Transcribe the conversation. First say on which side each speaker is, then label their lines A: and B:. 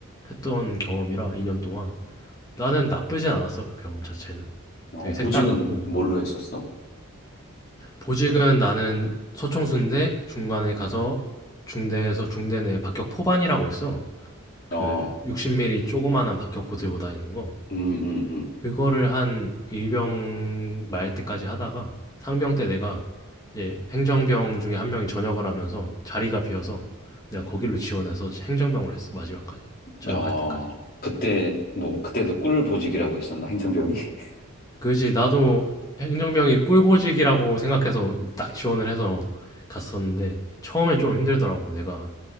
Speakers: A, on the left (about 15°); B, on the left (about 40°).
A: 했던 경험이라, 2년 동안. 나는 나쁘진 않았어, 그 경험 자체는.
B: 어,
A: 되게
B: 보직은
A: 색달랐고.
B: 뭘로
A: 음.
B: 했었어?
A: 보직은 나는 소총수인데 중간에 가서 중대에서 중대 내 박격 포반이라고 있어.
B: 어,
A: 그 60mm 조그만한 박격포 들고 다니는 거.
B: 음, 음,
A: 그거를 한 일병 말 때까지 하다가 상병 때 내가 이제 행정병 중에 한 명이 전역을 하면서 자리가 비어서 내가 거길로 지원해서 행정병을 했어, 마지막까지. 전역할
B: 음. 어,
A: 때까지.
B: 그때, 뭐,
A: 음.
B: 그때도 꿀 보직이라고 했었나, 행정병이? <laughs>
A: 그지 나도 행정병이 꿀보직이라고 생각해서 딱 지원을 해서 갔었는데 처음엔 좀 힘들더라고 내가